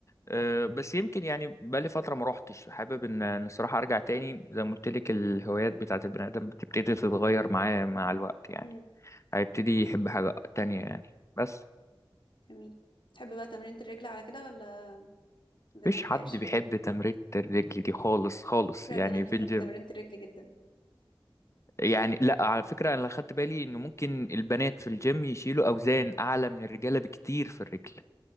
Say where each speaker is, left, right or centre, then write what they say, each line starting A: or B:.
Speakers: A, on the left; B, on the left.
A: أه بس يمكن يعني بقالي فتره ما روحتش حابب ان إن الصراحه ارجع تاني زي ما قلت لك الهوايات بتاعت البني ادم بتبتدي تتغير معاه مع الوقت يعني
B: امم
A: هيبتدي يحب حاجه تانية يعني بس
B: جميل تحب بقى تمرينة الرجل على كده ولا ما
A: مفيش
B: بتحبهاش
A: حد بيحب تمرينة الرجل دي خالص خالص
B: فكرة
A: يعني
B: البنات
A: في
B: بتحب
A: الجيم
B: تمرينة الرجل جدا
A: يعني لا على فكرة انا اللي خدت بالي ان ممكن البنات في الجيم يشيلوا اوزان اعلى من الرجالة بكتير في الرجل